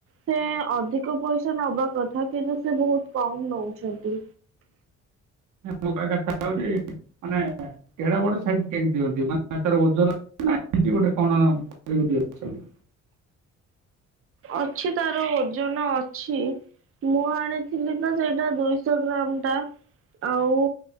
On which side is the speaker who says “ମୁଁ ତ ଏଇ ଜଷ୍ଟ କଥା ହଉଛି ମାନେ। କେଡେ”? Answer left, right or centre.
Right